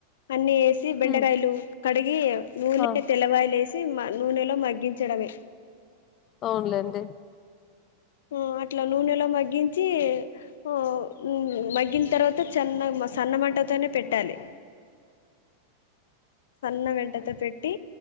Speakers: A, on the left; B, on the left.
A: అన్ని వేసి బెండకాయలు
B: హ్మ్
A: కడిగి నూనె
B: ఆ
A: తెల్లవాయలు వేసి సి నూనెలో మగ్గించడమే
B: అవున్ లే అండి
A: ఉ అట్లా నూనెలా మగ్గించి ఉ ఆ మగ్గిన తర్వాత చన్న గా సన్నమంటతోనే పెట్టాలి సన్న వెంటతో పెట్టి